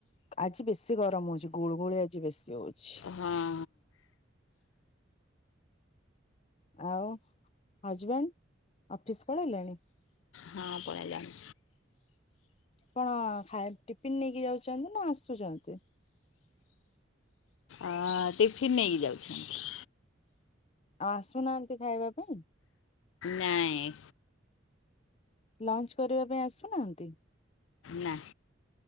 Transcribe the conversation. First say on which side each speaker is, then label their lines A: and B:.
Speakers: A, on the left; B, on the left.
A: ଆଜି ବେଶୀ ଗରମ ହଉଛି ଗୁଳୁ ଗୁଳି ଆଜି ବେଶୀ ହଉଛି।
B: ହଁ।
A: ଆଉ ହଜବେଣ୍ଡ ଅଫିସ ପଳେଇଲେଣି?
B: ହଁ ପଳେଇଲେଣି।
A: କଣ ଖାଇ ଟିଫିିନ ନେଇକି ଯାଉଛନ୍ତି ନା ଆସୁଛନ୍ତି?
B: ଅ ଟିଫିନ ନେଇକି ଯାଉଛନ୍ତି।
A: ଆଉ ଆସୁନାହାନ୍ତି ଖାଇବା ପାଇଁ।
B: ନାଁଇ।
A: ଲଞ୍ଚ କରିବା ପାଇଁ ଆସୁନାହାନ୍ତି?
B: ନା।